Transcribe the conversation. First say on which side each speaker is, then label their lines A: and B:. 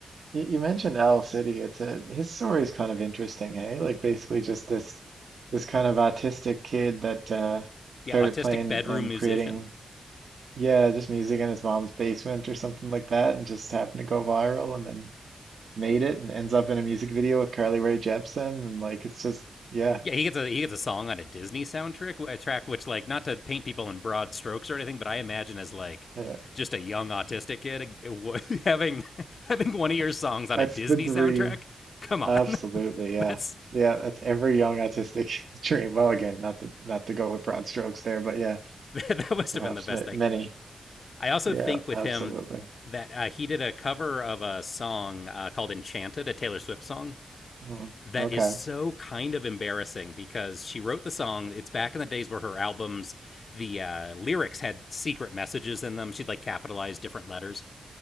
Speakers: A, on the right; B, on the left.
A: you, you mentioned Owl City. It's a his story is kind of interesting, hey? Like basically just this this kind of autistic kid that uh
B: Yeah,
A: started
B: autistic
A: playing
B: bedroom
A: and
B: musician.
A: creating, yeah, just music in his mom's basement or something like that, and just happened to go viral and then made it and ends up in a music video with Carly Rae Jepsen, and like it's just yeah.
B: Yeah, he gets a he gets a song on a Disney soundtrack, a track which like not to paint people in broad strokes or anything, but I imagine as like
A: yeah.
B: just a young autistic kid <laughs> having having one of your songs
A: <laughs>
B: on
A: That's
B: a Disney
A: the dream.
B: soundtrack. Come on,
A: Absolutely,
B: <laughs>
A: yeah.
B: that's
A: Yeah, that's every young autistic <laughs> dream. Well, again, not to not to go with broad strokes there, but yeah,
B: that must
A: perhaps
B: have been the best
A: ma-
B: thing.
A: many.
B: I also
A: Yeah,
B: think with
A: absolutely.
B: him that uh, he did a cover of a song uh, called "Enchanted," a Taylor Swift song,
A: Mm,
B: that
A: okay.
B: is so kind of embarrassing because she wrote the song. It's back in the days where her albums, the uh, lyrics had secret messages in them. She'd like capitalize different letters.